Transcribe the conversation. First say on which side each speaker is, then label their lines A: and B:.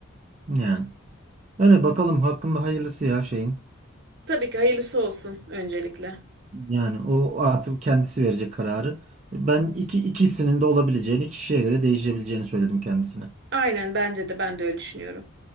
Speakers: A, on the right (about 35°); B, on the right (about 55°).
A: Yani öyle bakalım hakkında hayırlısı ya şeyin.
B: Tabii ki hayırlısı olsun öncelikle.
A: Yani o artık kendisi verecek kararı. Ben iki ikisinin de olabileceğini kişiye göre değişebileceğini söyledim kendisine.
B: Aynen bence de ben de öyle düşünüyorum.